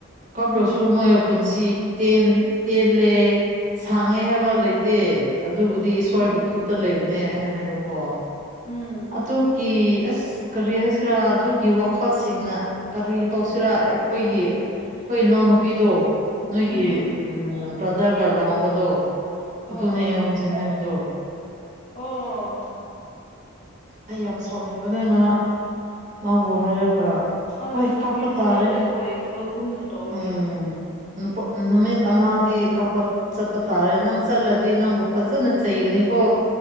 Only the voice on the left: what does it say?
ꯎꯝ
ꯎꯝ
ꯎꯝ
ꯎꯝ
ꯑꯣ
ꯑꯣ
ꯑꯁ
ꯏꯖꯨꯀꯦꯇꯦꯠ
ꯑꯣꯏꯗꯕꯒꯨꯝꯅ ꯇꯧꯋꯤꯅꯦ